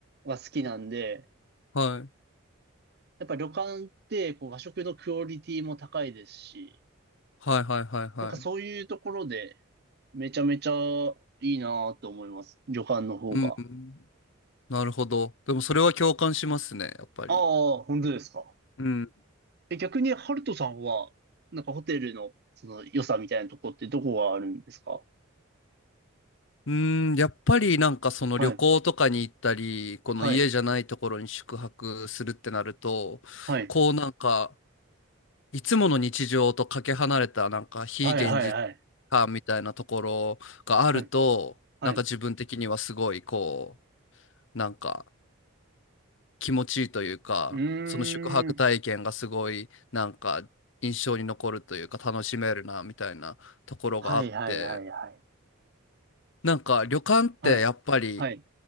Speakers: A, on the right; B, on the left.
A: が好きなんで、
B: はい。
A: やっぱ旅館ってこう和食のクオリティも高いですし、
B: はいはいはいはい。
A: なんかそういうところで、めちゃめちゃいいなと思います。旅館の方が。
B: うんうん。なるほど。でもそれは共感しますね、やっぱり。
A: ああ、本当ですか。
B: うん。
A: え、逆に、ハルトさんは、なんかホテルの、その良さみたいなとこってどこがあるんですか
B: うーん、やっぱりなんかその旅行とかに行ったり、
A: はい、
B: この家じゃないところに宿泊するってなると、
A: はい、はい、
B: こうなんか、いつもの日常とかけ離れたなんか非現実
A: はい、はい、はい、
B: 感みたいなところがあると、
A: はい、はい。
B: なんか自分的にはすごいこう、なんか気持ちいいというか、
A: うーん。
B: その宿泊体験がすごいなんか印象に残るというか楽しめるなみたいなところがあって、
A: はい、はい、はい、はい。
B: なんか旅館ってやっぱり
A: はい、はい。